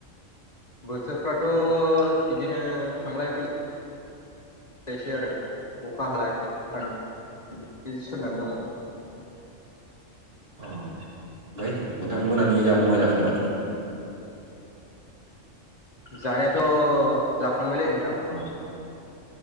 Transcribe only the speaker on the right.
अ आमफ्राय नोंथां मोनानि जामुंआ जाखांबाय?
अ